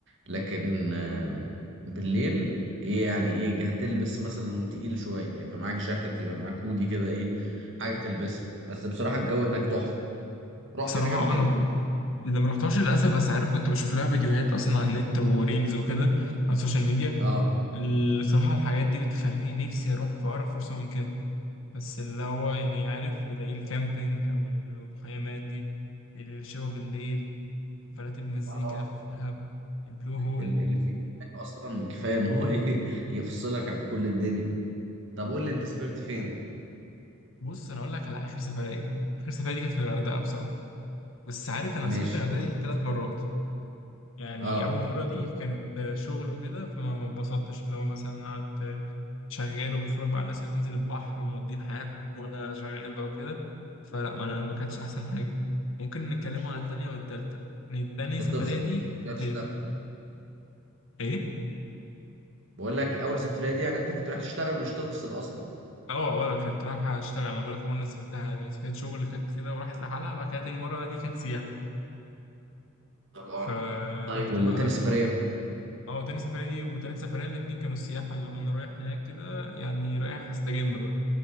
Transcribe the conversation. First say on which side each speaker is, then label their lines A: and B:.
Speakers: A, on the right; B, on the left.
A: لكن آه، بالليل ايه يعني ايه هتلبس مثلا تقيل شوية يبقى معاك جاكيت يبقى معاك هودي كده ايه حاجة تلبسها بس بصراحة الجو هناك تحفة رحت
B: بصراحة
A: هناك قبل كده؟
B: اه انا ب- اللي ما رحتهاش للاسف بس عارف كنت بشوف لها فيديوهات اصلا على النت وريلز وكده على السوشيال ميديا
A: اه
B: الصراحة الحاجات دي بتخليني نفسي اروح في اقرب فرصة ممكنة بس اللي هو يعني عارف بلاقي الكامبينج او المخيمات دي الشوا بالليل حفلات المزيكا
A: اه
B: في دهب البلو هول
A: ال- الفيو بتاعك اصلا كفايه ان هو ايه <laughs> يفصلك
B: اه
A: عن كل الدنيا طب قول لي انت سافرت فين
B: بص انا اقول لك على اخر سفرية اخر سفرية دي كانت في الغردقة بصراحة بس عارف انا
A: ماشي
B: سافرت الغردقه
A: قول
B: دي
A: لي
B: ثلاث مرات يعني
A: اه
B: اول مره دي كانت آه، شغل وكده فما ما اتبسطتش اللي هو مثلا قعدت آه، شغال وبتفرج بقى على الناس اللي بتنزل البحر ومودين حياتهم <laughs> وانا شغال بقى وكده فلا ما انا ما
A: مش
B: كانتش
A: بقى-
B: احسن حاجه ممكن نتكلم
A: مش
B: عن
A: فاصل
B: التانية والتالتة يعني التانية سفرية
A: تفصل
B: دي
A: كده
B: كانت
A: مش رايح
B: اوتيل
A: تشتغل
B: ايه
A: بقول لك اول سفريه دي يعني انت كنت رايح تشتغل مش تفصل اصلا
B: اه اه لا، كنت رايحة اشتغل انا بقولك عمري ما سافرتها يعني سافرت شغل كانت كده وراحت لحالها بعد كده تاني مرة دي كانت سياحة
A: افتكرت
B: فرحت
A: طيب وال-
B: بقى
A: وتاني سفريه
B: اه تاني سفرية دي وتالت سفرية الاتنين كانوا سياحة لو انا رايح هناك كده يعني رايح استجم بقى